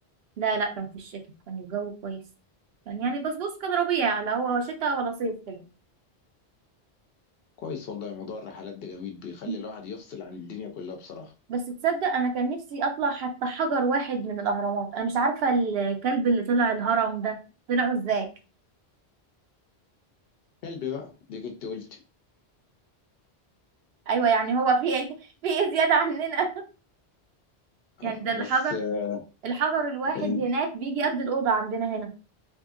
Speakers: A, on the right; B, on the left.
A: لا لا كان في الشتاء كان الجو كويس كان يعني بس بص كان ربيع لا هو شتاء ولا صيف كده
B: كويس والله موضوع الرحلات ده جميل بيخلي
A: مم.
B: الواحد يفصل عن الدنيا كلها بصراحة
A: بس تصدق انا كان نفسي اطلع حتى حجر واحد من الاهرامات انا مش عارفه الكلب اللي طلع الهرم ده طلعه ازاي
B: كلب بقى دي كنت قلت
A: ايوه يعني هو في إيه؟ <laughs> في ايه زياده عننا <laughs> يعني
B: أه
A: ده الحجر
B: بس آه،
A: الحجر الواحد
B: ال-
A: هناك بيجي قد الاوضه عندنا هنا